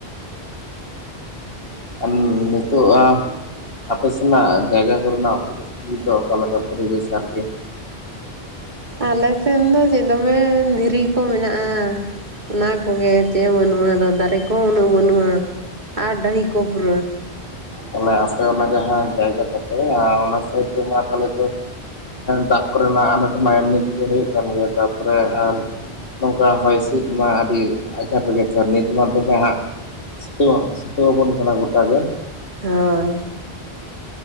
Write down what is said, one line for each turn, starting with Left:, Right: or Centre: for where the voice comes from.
Left: ᱟᱢ ᱱᱤᱛᱚᱜᱼᱟ ᱟᱯᱮ ᱥᱮᱱᱟᱜ ᱡᱟᱭᱜᱟ ᱠᱚᱨᱮᱱᱟᱜ ᱯᱚᱨᱤᱥᱛᱷᱤᱛᱤ ᱫᱚ ᱚᱠᱟᱞᱮᱠᱟ ᱯᱚᱨᱤᱵᱮᱥ ᱟᱨᱠᱤ <inaudible>
Right: ᱟᱞᱮ ᱥᱮᱫ ᱫᱚ ᱪᱮᱫ ᱫᱚᱢᱮ ᱫᱷᱤᱨᱤ ᱠᱚ ᱢᱮᱱᱟᱜᱼᱟ᱾ ᱚᱱᱟ ᱠᱚᱜᱮ ᱪᱮᱫ ᱵᱟᱹᱱᱩᱜᱼᱟ᱾ ᱟᱫᱚ ᱫᱟᱨᱮ ᱠᱚᱦᱚᱸ ᱩᱱᱟᱹᱜ ᱵᱟᱹᱱᱩᱜᱼᱟ᱾ ᱟᱨ ᱰᱟᱹᱺᱦᱤ ᱠᱚᱯᱨᱟᱹ᱾
Left: ᱛᱟᱦᱮ ᱟᱯᱮ ᱚᱱᱟ ᱡᱟᱭᱜᱟ ᱠᱟᱛᱮ ᱚᱱᱟ ᱥᱟᱭᱤᱰ ᱨᱮ ᱛᱮ ᱛ ᱫᱟᱜ ᱠᱚᱨᱮᱱᱟᱜ ᱟᱱᱟᱴᱚᱢᱟᱭ ᱮᱢᱱᱤ ᱛᱮᱜᱮ ᱦᱩᱭᱩᱜ ᱠᱟᱱ ᱜᱮᱭᱟ᱾ ᱛᱟᱨᱯᱚᱨᱮ ᱱᱚᱝᱠᱟ ᱦᱚᱭ ᱦᱤᱸᱥᱤᱫ ᱢᱟ ᱟᱹᱰᱤ ᱟᱡᱷᱟᱴ ᱨᱮᱜᱮ ᱛᱚ ᱱᱤᱛ ᱢᱟ ᱫᱚᱢᱮ ᱦᱟᱸᱜ᱾ ᱥᱤᱛᱩ, ᱥᱤᱛᱩ ᱵᱚᱱ ᱠᱟᱱᱟ ᱜᱚᱴᱟᱜ ᱜᱮ᱾
Right: ᱦᱳᱭ